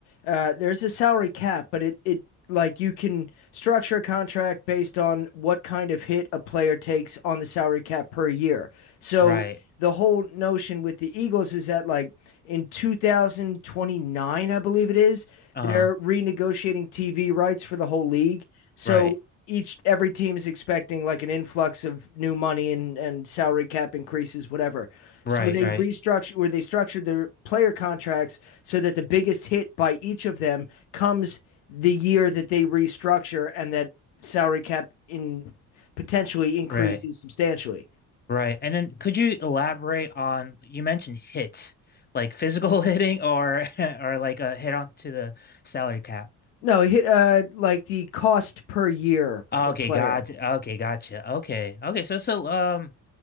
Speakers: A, on the left; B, on the left.
A: uh, there's a salary cap, but it, it like you can structure a contract based on what kind of hit a player takes on the salary cap per year. So
B: Right.
A: the whole notion with the Eagles is that like in 2029, I believe it is,
B: Uh-huh.
A: they're renegotiating TV rights for the whole league. So
B: Right,
A: each every team is expecting like an influx of new money and and salary cap increases, whatever.
B: right,
A: So they
B: right,
A: restructured or they structured their player contracts so that the biggest hit by each of them comes the year that they restructure and that salary cap in potentially increases
B: right,
A: substantially.
B: right. And then could you elaborate on you mentioned hits, like physical <laughs> hitting or <laughs> or like a hit on to the salary cap.
A: No, hit uh like the cost per year
B: Okay,
A: per player.
B: gotcha. Okay, gotcha. Okay. Okay, so so um